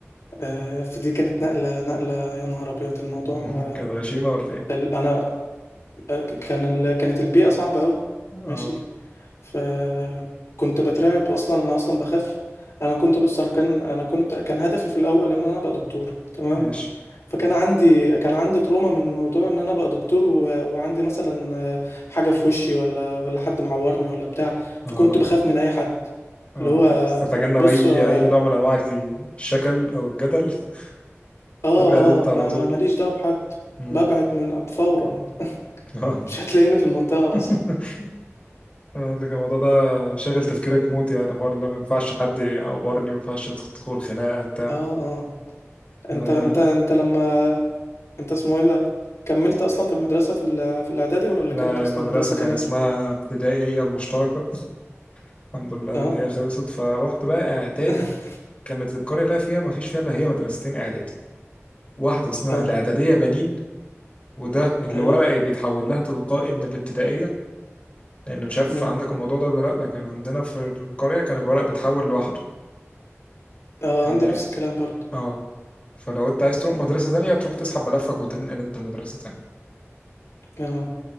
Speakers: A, on the left (about 75°); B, on the left (about 25°).
A: آه، فدي كانت نقلة نقلة يا نهار أبيض الموضوع
B: <laughs>
A: آه،
B: كانت غشيمة ولا ايه
A: ال- أنا آه، ك- كان ال- كانت البيئة صعبة أوي
B: اه
A: ماشي فكنت بترعب أصلا أنا أصلا بخاف أنا كنت بص أنا كان أنا كنت كان هدفي في الأول إن أنا أبقى دكتور تمام
B: ماشي
A: فكان عندي كان عندي تروما من موضوع ان انا بقى دكتور و... وعندي مثلا آه، حاجه في وشي ولا ولا حد معورني ولا بتاع
B: اه
A: فكنت بخاف من اي حد
B: اه
A: اللي هو آه،
B: تتجنب
A: بص
B: اي
A: اه
B: اي نوع من انواع الشكل او الجدل <laughs>
A: اه
B: تبعد انت
A: ما
B: على طول
A: ماليش دعوه بحد
B: مم.
A: ببعد من فورا <laughs>
B: اه
A: مش هتلاقيني في المنطقه
B: <laughs>
A: اصلا
B: آه، لكن الموضوع ده شاغل تفكيرك موت يعني حوار ان أنا ما ينفعش حد يعورني ما ينفعش تدخل خناقه بتاع
A: اه اه
B: يعني
A: انت
B: انا
A: انت انت لما انت اسمه ايه ده كملت اصلا في المدرسه في ال... في الاعدادي ولا
B: لا
A: كانت
B: هي
A: اصلا
B: المدرسه
A: مدرسه تانية
B: كان اسمها ابتدائيه المشتركه <laughs> الحمد لله
A: اه
B: ان هي خلصت فروحت بقى اعدادي
A: <laughs>
B: كانت القرية اللي أنا فيها مفيش فيها إلا هي مدرستين إعدادي واحدة اسمها
A: اه
B: الإعدادية بنين وده اللي
A: ايوه
B: ورقي بيتحول لها تلقائي من الابتدائية لأن مش عارف
A: اه
B: عندك الموضوع ده ولا لأ لكن عندنا في القرية كان الورق بيتحول لوحده
A: آه،
B: يعني
A: عندي نفس الكلام برضه
B: اه فلو انت عايز تروح
A: مم.
B: مدرسة تانية تروح تسحب ملفك وتنقل انت مدرسة تانية
A: اه